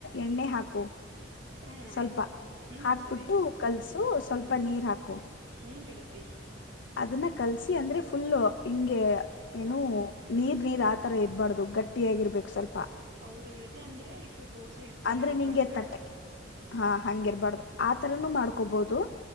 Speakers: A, on the left; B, on the right.
A: ಎಣ್ಣೆ ಹಾಕು
B: ಹ್ಮ
A: ಸ್ವಲ್ಪ
B: ಆಯ್ತು ಹ್ಮ್
A: ಹಾಕ್ಬಿಟ್ಟು
B: ಸರಿ ಆಯ್ತು
A: ಕಲ್ಸು ಸ್ವಲ್ಪ ನೀರ್ ಹಾಕು
B: ಮೂಗಿಳ <inaudible>
A: ಅದನ್ನ ಕಲ್ಸಿ ಅಂದ್ರೆ ಫುಲ್ಲು ಹಿಂಗೆ ಏನು ನೀರ್ ನೀರ್ ಆತರ ಇರಬಾರ್ದು ಗಟ್ಟಿಯಾಗಿರ್ಬೇಕು ಸ್ವಲ್ಪ
B: ಹೌದು ಹೇಳತಿ ಅಂದ್ರೆ ಇದ್ರ ದೋಸೆ ಹಿಟ್ ತರ
A: ಅಂದ್ರೆ
B: ಇರ್ಬಾರ್ದಾ
A: ನಿಂಗೆ ಎ ತಟ್ಟಕ್ಕೆ ಹಾ ಹಂಗಿರ್ಬಾರ್ದು ಆಥರನೂ ಮಾಡ್ಕೊಬಹದು